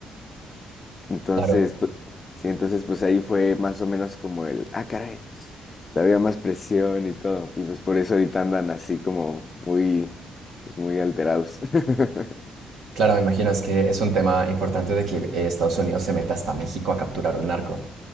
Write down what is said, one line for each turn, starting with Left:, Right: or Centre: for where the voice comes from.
Left: Entonces,
Right: Claro,
Left: pues, sí, entonces pues ahí fue más o menos como el, ah, caray. había más presión y todo. Y pues por eso ahorita andan así como muy, pues muy alterados. <laughs>
Right: claro, me imagino, es que es un tema importante de que eh, Estados Unidos se meta hasta México a capturar un narco.